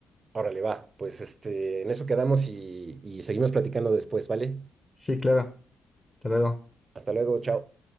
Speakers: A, on the right; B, on the left.
A: Órale, va. Pues este, en eso quedamos y, y seguimos platicando después, ¿vale?
B: Sí, claro. Hasta luego.
A: Hasta luego, chao.